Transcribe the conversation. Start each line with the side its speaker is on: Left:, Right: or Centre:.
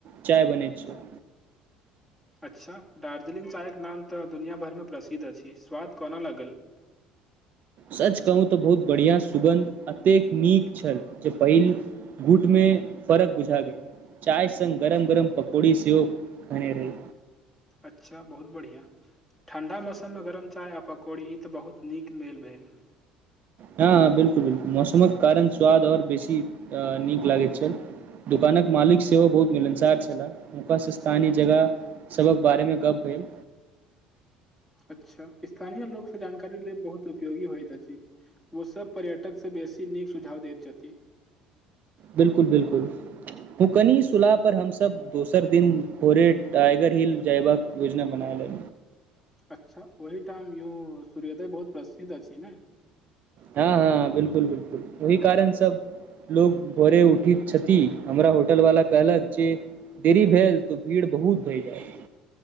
Right: चाय बनै छै।
Centre: अच्छा, दार्जिलिंग चायके नाम तऽ दुनिआँ भरिमे प्रसिद्ध अछि स्वाद कोना लागल?
Right: सच कहू तऽ बहुत बढ़िआँ सुगन्ध एतेक नीक छल जे पहिल घूंट मे फर्क बुझा गेल। चाय सङ्ग गरम गरम पकौड़ी सेहो खयने रही।
Centre: अच्छा बहुत बढ़िआँ। ठंढ़ा मौसम मे गरम चाय आ पकौड़ी ई तऽ बहुत नीक मेल भेल।
Right: हँ हँ बिलकुल बिलकुल मौसमक कारण स्वाद आओर बेसी नीक लागैत छल। दोकानक मालिक सेहो बहुत मिलनसार छलाह, हुनका स स्थानीय जगह सबक बारे मे गप भेल।
Centre: अच्छा स्थानीय लोकोसँ जानकारी ल बहुत उपयोगी होइत अछि छै। ओ सब पर्यटकसँ बेसी नीक सुझाव दैत छथिन।
Right: बिल्कुल बिल्कुल। फुकनी सुलाह पर हमस दोसर दिन भोरे टाइगर हिल जयबाक योजना बना ले।
Centre: अच्छा ओहिठाम य सूर्योदय बहुत प्रसिद्ध अछि ने।
Right: हँ हँ बिलकुल बिलकुल ओहि कारण सब। लोग भोरे उठी छथि हमरा होटल वाला कहलक जे। देरी भेल तऽ भीड़ बहुत भय जाइत।